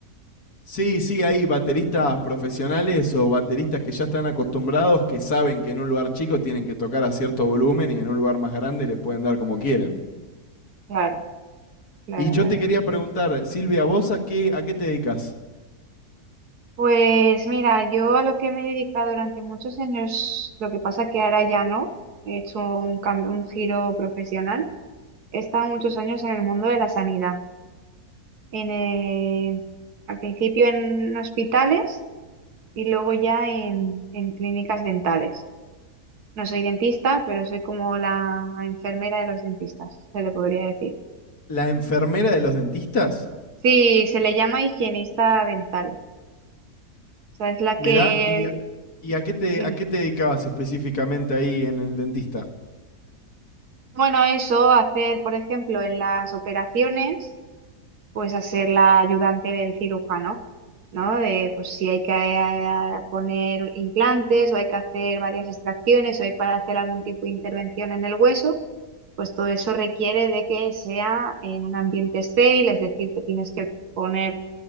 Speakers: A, on the left (about 75°); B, on the right (about 75°).
A: Sí, sí, hay bateristas profesionales o bateristas que ya están acostumbrados, que saben que en un lugar chico tienen que tocar a cierto volumen y en un lugar más grande le pueden dar como quieren.
B: Claro, claro,
A: Y yo
B: claro.
A: te quería preguntar, Silvia, ¿vos a qué, a qué te dedicas?
B: Pues mira, yo a lo que me he dedicado durante muchos años, lo que pasa que ahora ya no, he hecho un cambio, un giro profesional. He estado muchos años en el mundo de la sanidad. En, eh, al principio en hospitales y luego ya en, en clínicas dentales. No soy dentista, pero soy como la enfermera de los dentistas, se le podría decir.
A: ¿La enfermera de los dentistas?
B: Sí, se le llama higienista dental. O sea, es la
A: Mirá,
B: que...
A: ¿y a, y a qué te,
B: dime.
A: a qué te dedicabas específicamente ahí en el dentista?
B: Bueno, eso, hacer, por ejemplo, en las operaciones, pues hacer la ayudante del cirujano, ¿no? De, pues si hay que eh, poner implantes o hay que hacer varias extracciones o hay que hacer algún tipo de intervención en el hueso, pues todo eso requiere de que sea en un ambiente estéril, es decir, que tienes que poner